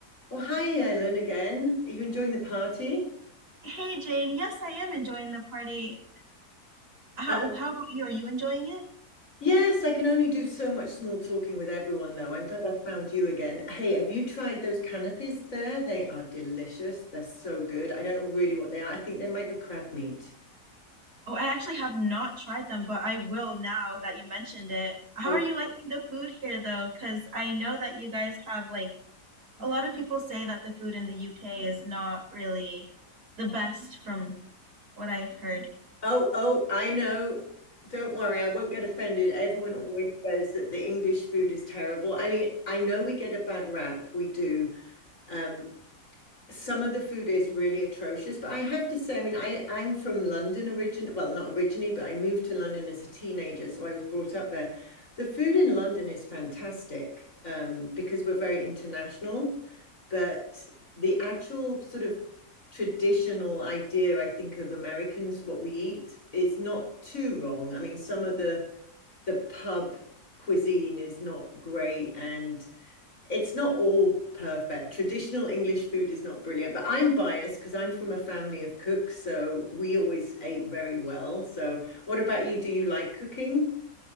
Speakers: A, on the left; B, on the right.
A: Well, hi, Ellen again. Are you enjoying the party?
B: Hey Jane, yes, I am enjoying the party. How
A: Um,
B: how about you? Are you enjoying it?
A: yes, I can only do so much small talking with everyone, though. I'm glad I found you again. Hey, have you tried those canapes there? They are delicious. They're so good. I don't know really what they are. I think they might be crab meat.
B: Oh, I actually have not tried them, but I will now that you mentioned it. How
A: Oh,
B: are you liking the food here though? Because I know that you guys have like a lot of people say that the food in the UK is not really the best from what I heard.
A: oh, oh, I know. Don't worry, I won't get offended. Everyone always says that the English food is terrible. I mean, I know we get a bad rap, we do. Um, some of the food is really atrocious, but I have to say, I mean, I I'm from London origin, well, not originally, but I moved to London as a teenager, so I was brought up there. The food in London is fantastic, um, because we're very international, but the actual sort of traditional idea, I think, of Americans, what we eat, is not too wrong. I mean, some of the the pub cuisine is not great, and it's not all perfect. Traditional English food is not brilliant, but I'm biased because I'm from a family of cooks, so we always ate very well. So, what about you? Do you like cooking?